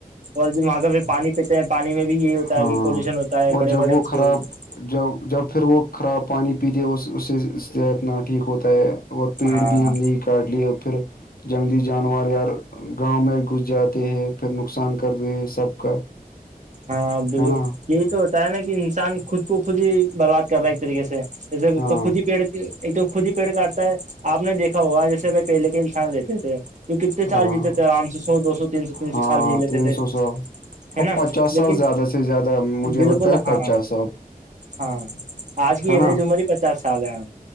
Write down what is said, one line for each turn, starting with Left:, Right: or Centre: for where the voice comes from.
Right: اور جب وہاں کا پھر پانی پہ چ پانی میں بھی یہی ہوتا
Left: ہاں
Right: ہے کہ پولوشن ہوتا ہے
Left: اور
Right: بڑے
Left: جب
Right: بڑے
Left: وہ
Right: اس
Left: خراب جب جب پھر وہ خراب پانی پیتے اس اس سے صحت نہ ٹھیک ہوتا ہے اور پیڑ
Right: ہاں
Left: بھی ہم نے کاٹ لیے اور پھر جنگلی جانور یار گاؤں میں گھس جاتے ہیں پھر نقصان کرتے ہیں سب کا <unintelligible>
Right: ہاں بالل
Left: ہے نا
Right: یہی تو ہوتا ہے نا کہ انسان خود کو خود ہی برباد کر رہا ہے ایک طریقے سے
Left: ہاں
Right: تو خود ہی پیڑتی ایک تو خود ہی پیڑ کاٹتا ہے آپ نے دیکھا ہوگا جیسے بائی پہلے کے انسان رہتے تھے تو کتنے
Left: ہاں
Right: سال جیتے تھے آرام سے سو دو سو تین سو تین سو
Left: ہاں
Right: سال جی لیتے
Left: تین
Right: تھے
Left: سو سال
Right: ہے
Left: اب
Right: نا
Left: پچاس سال
Right: لیکن
Left: زیادہ سے زیادہ مجھے
Right: بالکل
Left: لگتا ہے
Right: ہاں
Left: پچاس سال
Right: ہاں آج کی
Left: ہے
Right: ایوریج
Left: نا
Right: میں مری پچس سال ہے